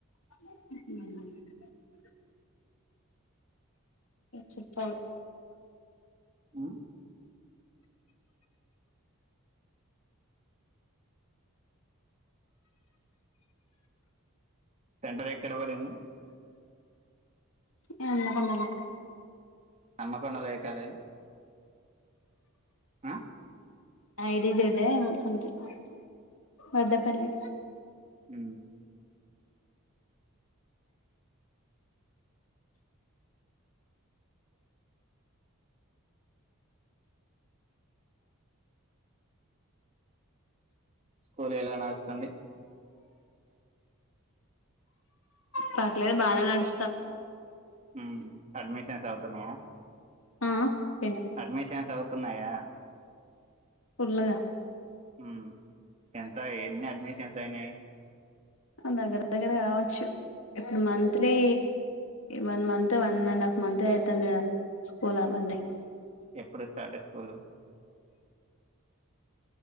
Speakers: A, on the left; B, on the right.
A: హ్ చెప్పాలా
B: ఉ సెంటర్ ఎక్కడ పడింది.
A: హన్మకొండల
B: హన్మకొండల ఏ కాలేజీ? అ
A: I D Z A something Vaddepalli.
B: హ్ స్కూల్ ఎలా నడుస్తుంది.
A: పర్లేద్ బానే నడుస్తాన్
B: హ్ అడ్మిషన్ రాద్ నయా
A: ఆ ఏంటి
B: అడ్మిషన్స్ అవు తున్నాయా?
A: ఫుల్గా.
B: మ్ ఎంత ఎన్ని అడ్మిషన్స్ అయినయి.
A: దగ్గర దగ్గర కావచ్చు. ఇప్పుడు monthly one month one and half మంతే అయితాంది కదా స్కూల్ ఆ బంద్
B: ఎప్పుడు స్టార్ట్ <inaudible>